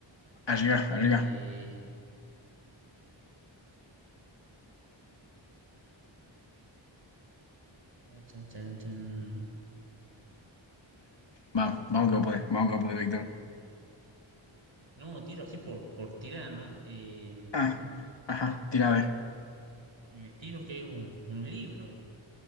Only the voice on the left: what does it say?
Arriba,
arriba.
Vamos, vamos que vos podés, vamos que vos podés, Víctor.
Ah, ajá, tira a ver.